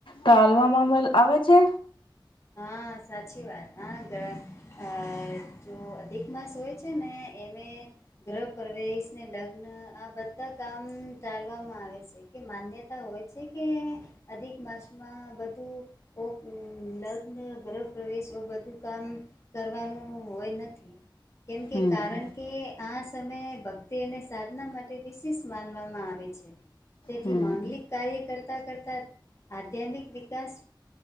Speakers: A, on the left; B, on the left.
A: તાલવામાં અમલ આવે છે
B: હા સાચી વાત હા ઘણા અ જો અધિક માસ હોય છે ને એને ગ્રહ પ્રવેશ ને લગ્ન આ બધા કામ તાલવામાં આવે છે એ કે માન્યતા હોય છે કે અધિક માસમાં બધું ઓ કું લગ્ન ને ગ્રહ પ્રવેશ એવું બધું કામ કરવાનું હોય નથી કેમ કે
A: હમ
B: કારણ કે આ સમયે ભક્તિને સાધના માટે વિશેષ માનવામાં આવે છે તેથી
A: હમ
B: માંગલિક કાર્ય કરતાં કરતાં આધ્યાત્મિક વિકાસ